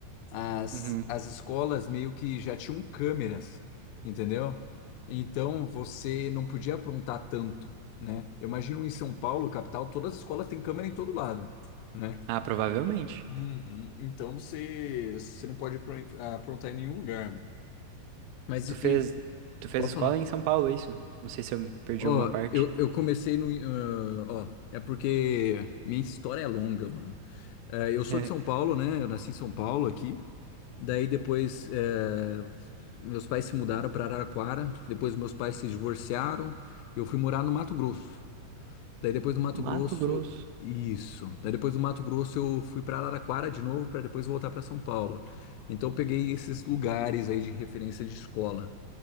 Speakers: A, on the left; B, on the right.
A: As,
B: Uhum.
A: as escolas meio que já tinham câmeras, entendeu? Então você não podia aprontar tanto, né? Eu imagino em São Paulo, capital, todas as escolas têm câmera em todo lado, né?
B: Ah, provavelmente.
A: Uhum. Então você, você não pode apron- aprontar em nenhum lugar, mano. Mas
B: Tu
A: e,
B: fez,
A: e-
B: tu fez
A: pode
B: escola
A: falar.
B: em São Paulo, é isso? Não sei se eu perdi
A: Ó,
B: alguma parte.
A: eu, eu comecei no. ah, ó, é porque minha história é longa, mano. Eh, eu sou
B: <laughs>
A: de São Paulo, né? Eu nasci em São Paulo aqui. Daí depois eh, meus pais se mudaram para Araraquara. Depois meus pais se divorciaram. Eu fui morar no Mato Grosso. Daí depois do Mato
B: Mato
A: Grosso.
B: Grosso.
A: Isso. Daí depois do Mato Grosso eu fui para Araraquara de novo para depois voltar para São Paulo. Então eu peguei esses lugares aí de referência de escola,